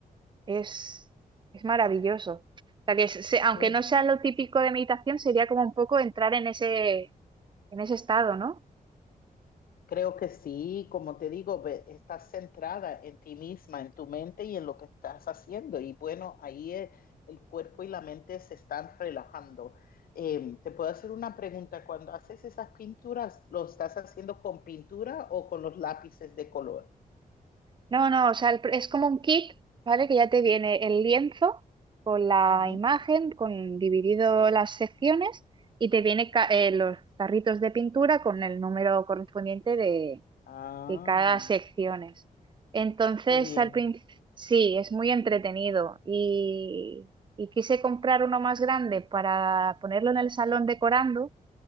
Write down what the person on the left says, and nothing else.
qué
Creo que sí, como te digo, ve- estás centrada en ti misma, en tu mente y en lo que estás haciendo. Y bueno, ahí e- el, cuerpo y la mente se están relajando. Eh, te puedo hacer una pregunta. Cuando haces esas pinturas, ¿lo estás haciendo con pintura o con los lápices de color?
Ujú.
Ah,
qué bien.